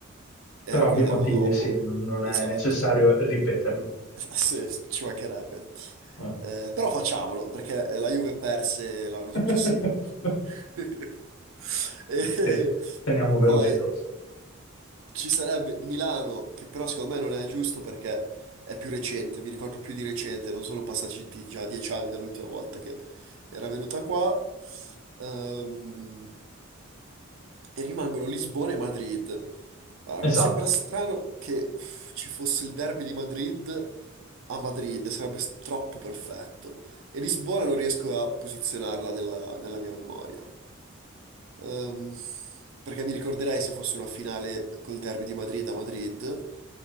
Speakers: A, on the right (about 70°); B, on the left (about 70°).
A: era
B: Per ovvi
A: quella
B: motivi,
A: dell'anno dopo.
B: sì, non, non
A: Esatto.
B: è necessario ripeterlo.
A: <laughs> Sì, ci mancherebbe.
B: Eh.
A: Eh, però facciamolo, perché la Juve perse l'anno
B: <laughs>
A: successivo. <laughs> E
B: Sì, teniamo un velo
A: poi
B: pietoso.
A: ci sarebbe il Milano, che però secondo me non è giusto perché è più recente, mi ricordo più di recente, non sono passati già dieci anni dall'ultima volta che era venuta qua. Ehm, e rimangono Lisbona e Madrid. Allora, mi
B: Esatto.
A: sembra strano che uff, ci fosse il derby di Madrid a Madrid, sarebbe s- troppo perfetto. E Lisbona non riesco a posizionarla nella, nella mia memoria. Ehm, perché mi ricorderei se fosse una finale col derby di Madrid a Madrid.